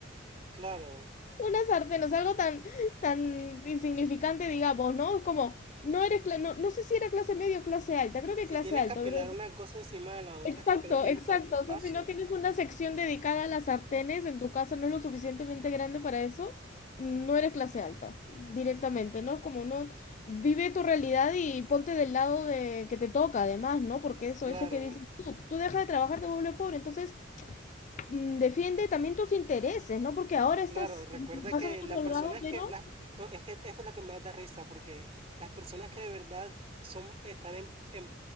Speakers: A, on the right (about 30°); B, on the left (about 40°).
A: Claro,
B: Una sartén, o sea, algo tan, tan insignificante, digamos, ¿no? Es como, no eres, cla- no, no sé si era clase media o clase alta, creo que
A: si
B: clase
A: tienes
B: alta,
A: que apelar
B: pero es-
A: una cosa encima de la otra
B: Exacto,
A: es porque no tienes
B: exacto.
A: tanto espacio.
B: O sea, si no tienes una sección dedicada a las sartenes, en tu casa no es lo suficientemente grande para eso, no eres clase alta, directamente, ¿no? es Como no, vive tu realidad y ponte del lado de que te toca, además, ¿no? Porque eso,
A: Claro.
B: eso que dices tú, tú dejas de trabajar, te vuelves pobre, entonces mm, defiende también tus intereses, ¿no? Porque ahora estás
A: Claro, recuerda
B: más
A: que
B: o menos
A: las
B: holgado,
A: personas
B: pero
A: que las no, es que esto es lo que más da risa porque las personas que de verdad son están en, en